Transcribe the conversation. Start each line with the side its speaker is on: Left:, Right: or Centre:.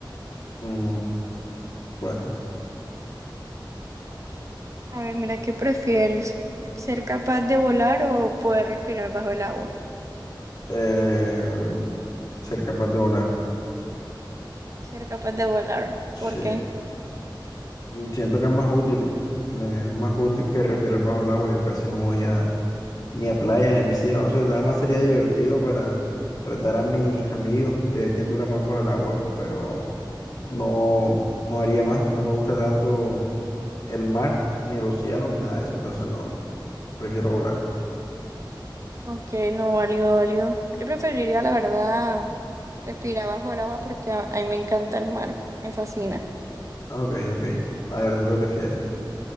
Left: mm, bueno,
Right: A ver, mira, ¿qué prefieres? ¿Ser capaz de volar o poder respirar bajo el agua?
Left: eh, ser capaz de volar.
Right: Ser capaz de volar.
Left: Sí.
Right: ¿Por qué?
Left: Siento que es más útil. Me, es más útil que respirar bajo el agua. Yo casi no voy a Ni a playa, ni a piscina, no sé, nada más sería divertido para retar a mis amigos de ver quién dura más bajo el agua, pero no, no haría más, no me gusta tanto el mar, ni el océano, ni nada de eso, entonces no, prefiero volar.
Right: Ok, no, válido, válido. Yo preferiría, la verdad, respirar bajo el agua porque a, a mí me encanta el mar, me fascina.
Left: Ah, Ok, ok, a ver, ¿tú qué prefieres?